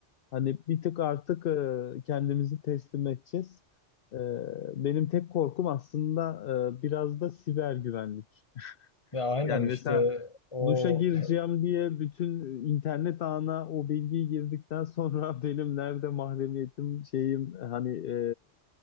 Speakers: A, on the left; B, on the left.
A: Hani bir tık artık e, kendimizi teslim edeceğiz. E, benim tek korkum aslında e, biraz da siber güvenlik.
B: Ya aynen
A: Yani mesela
B: işte o
A: duşa gireceğim
B: he-
A: diye bütün internet ağına o bilgiyi girdikten sonra <laughs> benim nerede mahremiyetim şeyim hani e,